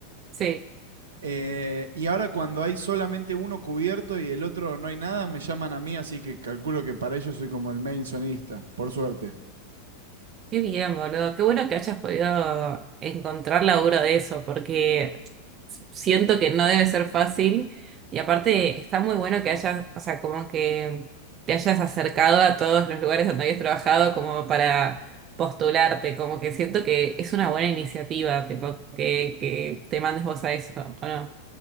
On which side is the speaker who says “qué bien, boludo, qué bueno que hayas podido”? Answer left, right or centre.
Right